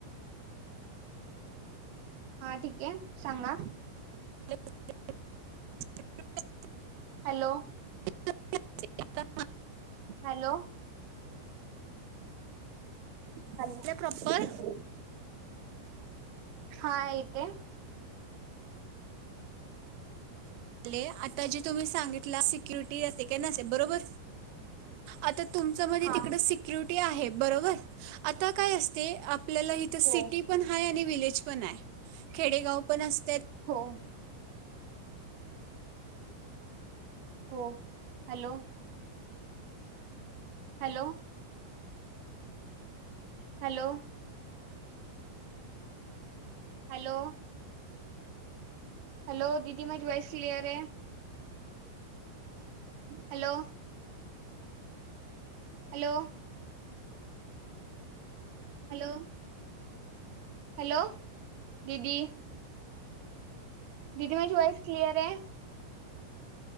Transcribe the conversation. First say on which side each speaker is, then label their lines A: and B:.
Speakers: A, on the right (about 65°); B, on the right (about 90°).
A: हा ठीक आहे सांगा.
B: ह <inaudible>
A: हॅलो
B: <inaudible>
A: हॅलो हॅलो.
B: आपल्या प्रॉपर
A: हा येत.
B: ले आता जी तुम्ही सांगितला सिक्युरिटी असे का नसे बरोबर. आता तुमच्या मजे
A: हा
B: तिकड सिक्युरटी आहे बरोबर आता काय असते. आपल्याला इथ सिटी
A: हो
B: पण आहे आणि विलेज पण आय खेडेगाव पण अस
A: हो हो hello hello. Hello. Hello. Hello दीदी माजी व्हॉइस क्लियर आहे. हॅलो. हॅलो हॅलो हॅलो दीदी. दिदी माझी वॉइस क्लियर आहे.